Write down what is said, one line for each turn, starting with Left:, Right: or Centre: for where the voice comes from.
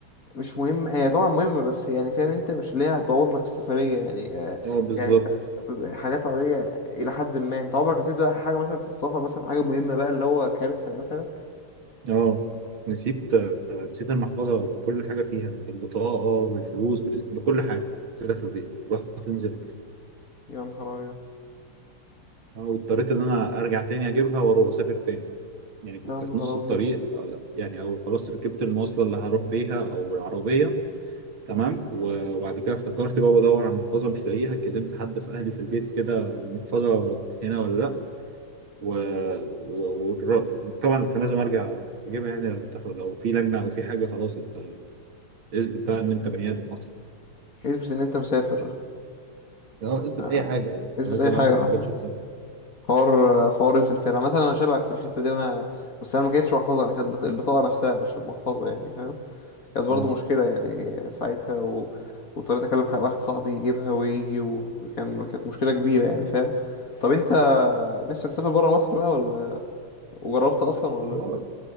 Left: مش مهم هي طبعا مهمة بس يعني فاهم انت مش اللي هي هتبوظ لك السفرية يعني آه،
Right: اه بالظبط
Left: يعني انت بز- حاجات عادية إلى حد ما انت عمرك نسيت بقى حاجة مثلا في السفر مثلا حاجة مهمة بقى اللي هو كارثة مثلا
Right: اه نسيت آه، نسيت المحفظه بكل حاجه فيها بالبطاقه آه، بالفلوس بس- بكل حاجه كده في البيت رحت نزلت
Left: يا نهار أبيض
Right: آه، واضطريت ان انا ارجع تاني اجيبها واروح اسافر تاني يعني كنت
Left: يا نهار
Right: في نص الطريق
Left: أبيض
Right: آه، يعني او خلاص ركبت المواصله اللي هروح بيها او العربيه تمام و- وبعد كده افتكرت بقى بدور على محفظه مش لاقيها كلمت حد في اهلي في البيت كده محفظه هنا ولا لا وطبعا كان لازم ارجع اجيبها يعني لو تاخد- لو في لجنه او في حاجه خلاص انت يعني اثبت بقى ان انت بني ادم اصلا
Left: اثبت إن أنت مسافر
Right: اه اثبت
Left: آه،
Right: اي حاجه يعني انت
Left: اثبت
Right: لازم
Left: أي
Right: يبقى
Left: حاجة
Right: عندك
Left: حرفيا
Right: اثبات شخصيه
Left: حوار حوار رئيس الفرقة مثلا انا شبهك في الحتة دي انا بس انا ما كانتش محفظة انا كانت بت- البطاقة نفسها مش المحفظة يعني فاهم كانت برضو
Right: اه
Left: مشكلة يعني ساعتها و... واضطريت اكلم ح- واحد صاحبي يجيبها ويجي وكان كانت مشكلة كبيرة يعني فاهم طب انت نفسك تسافر برا مصر بقى ولا وجربت اصلا ولا
Right: هو-